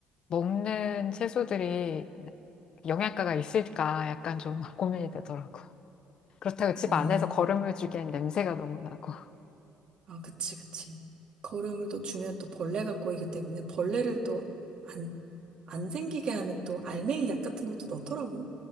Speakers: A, on the left (about 40°); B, on the right (about 45°).
A: 먹는 채소들이 영양가가 있을까 약간 좀 <laughs> 고민이 되더라고. 그렇다고 집
B: 어.
A: 안에서 거름을 주기엔 냄새가 너무 나고.
B: 아, 그치, 그치. 거름을 또 주면 또 벌레가 꼬이기 때문에 벌레를 또 안, 안 생기게 하는 또 알맹이 약 같은 것도 넣더라고.